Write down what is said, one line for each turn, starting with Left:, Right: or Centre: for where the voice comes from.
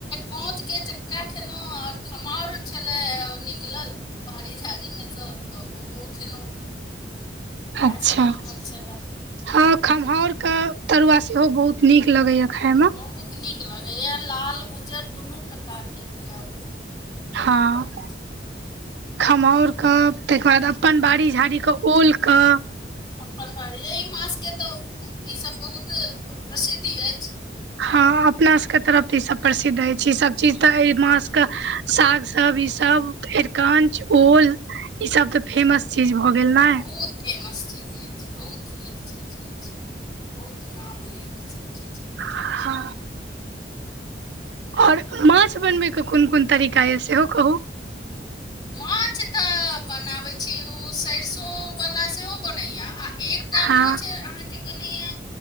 Left: कोच के चक्का खेलहुं आर खमाउर छलै ओ निकलल बाड़ी झाड़ीमे सँ तऽ ओहो खयेलहु। वैह
Right: अच्छा
Left: सब बनल छला।
Right: हँ खम्हाउरक तरुआ सेहो बहुत नीक लगैया खाइमे।
Left: बहुत नीक लगेया लाल उज्जर दुनू प्रकार के होइया उ।
Right: हँ।
Left: ह
Right: खमहाउर क ताहिके बाद अपन बाड़ी झाड़ीके ओल क।
Left: अपन बारी एहि माछके तऽ ईसब बहुत प्रसिद्ध अछि।
Right: हँ अपनासबके तरफ तऽ ईसभ प्रसिद्ध अइछ ईसभ चीज तऽ एहि मासके सागसब ईसब अरिकंच, ओल ई सब त फेमस चीज भ गेल ना
Left: बहुत फेमस चीज येछि बहुत नीक चीज येछि। बहुत नाम हइ एकर सब चि
Right: हँ। और माछ बनबयके कोन कोन तरीका यऽ सेहो कहू।
Left: माछ तऽ बनाबैत छी ओ सरिसोवला सेहो बनैय आ एक
Right: हँ।
Left: अहाँके बनैया